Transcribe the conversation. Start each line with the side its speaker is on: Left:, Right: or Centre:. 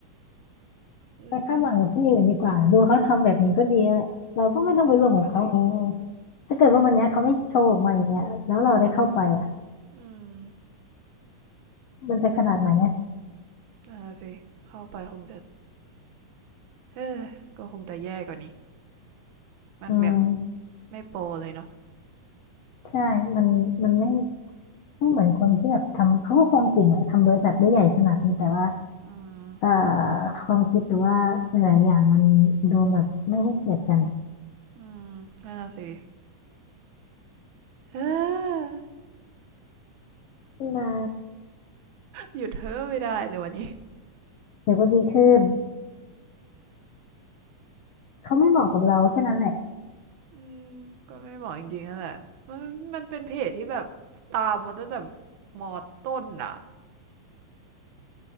Right: อืม
Left: ไปคาดหวังกับที่อื่นดีกว่าดูเขาทำแบบนี้ก็ดีแล้วแหละเราก็ไม่ต้องไปร่วมกับเขาไง
Right: อืมก็จริง
Left: ถ้าเกิดว่าวันเนี้ยเขาไม่โชว์ออกมาอย่างเงี้ยแล้วเราได้เข้าไปอ่ะ
Right: อืม
Left: มันจะขนาดไหนอ่ะ
Right: อ่าสิเข้าไปคงจะเฮ้ก็คงจะแย่กว่านี้มันแบบ
Left: อืม
Right: ไม่โปรเลยเนาะ
Left: ใช่มันมันไม่ไม่เหมือนคนที่แบบทำเขาก็คงเก่งแหละทำบริษัทได้ใหญ่ขนาดนี้แต่ว่า
Right: อืม
Left: เอ่อความคิดหรือว่าหลายๆอย่างมันดูแบบไม่ให้เกียรติกันอะ
Right: อืมนั่นะสิเฮ้ย
Left: ขึ้นมา
Right: หยุดเฮ้อไม่ได้เลยวันนี้
Left: เดี๋ยวก็ดีขึ้นเขาไม่เหมาะกับเราแค่นั้นแหละ
Right: อืมก็ไม่เหมาะจริงๆนั่นแหละมันมันเป็นเพจที่แบบตามมาตั้งแต่แบบมอต้นอ่ะ